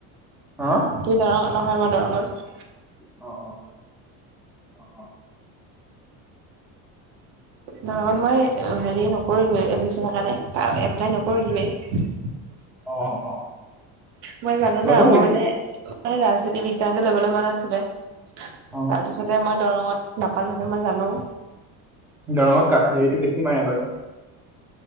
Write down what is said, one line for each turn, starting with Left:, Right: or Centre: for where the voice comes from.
Right: কি
Centre: অ
Right: দৰং? নহয় মই দৰঙত।
Centre: অ'! অ'! অ'!
Right: নহয় মই, হেৰি নকৰিলোঁৱে এইবছৰ কাৰণে, এপ্লাই নকৰিলোঁৱেই।
Centre: অ'! অ'!
Right: মই জানোঁ
Centre: ল'ব
Right: না।
Centre: লাগিছিল
Right: মই মানে, মানে, ৰাজনীতি বিজ্ঞানটো ল'বলৈ মন আছিলে। তাৰপিছতে,
Centre: অ
Right: মই দৰঙত নাপালোঁ সেইটো মই জানোঁ।
Centre: দৰঙত হেৰিটো বেছি মাৰে বাৰু।